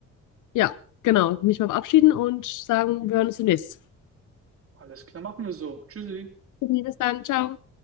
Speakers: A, on the left; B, on the right.
A: ja, genau, mich mal verabschieden und sagen, wir hören uns demnächst.
B: Alles klar, machen wir so. Tschüssi.
A: Bis dann, ciao.